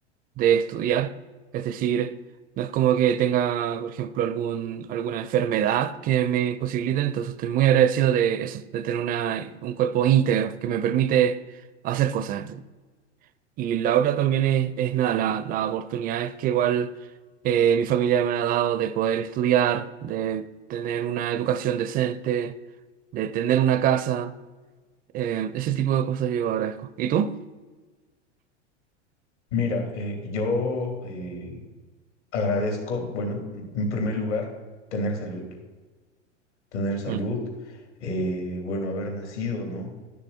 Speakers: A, on the right (about 25°); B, on the left (about 70°).
A: de estudiar. Es decir, no es como que tenga, por ejemplo, algún, alguna enfermedad que me imposibilite, entonces estoy muy agradecido de eso, de tener una, un cuerpo íntegro que me permite hacer cosas. Y la otra también es, es nada, la, la oportunidad es que igual eh, mi familia me ha dado de poder estudiar, de tener una educación decente, de tener una casa, eh, ese tipo de cosas yo agradezco. ¿Y tú?
B: Mira, eh, yo eh, agradezco, bueno, en primer lugar, tener salud, tener salud,
A: Mm,
B: eh, bueno, haber nacido, ¿no?